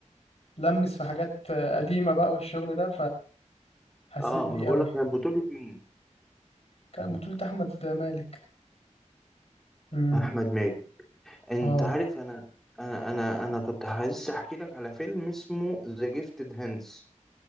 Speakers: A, on the left; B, in the centre.
A: لمس في حاجات قديمة بقى والشغل ده فحسيت
B: اه
A: بيه
B: ما بقول
A: أوي
B: لك كان بطولة مين؟
A: كان بطولة أحمد مالك امم
B: احمد مالك انت
A: اه
B: عارف انا انا انا انا كنت عايز احكي لك على فيلم اسمه ذا جيفتد هاندز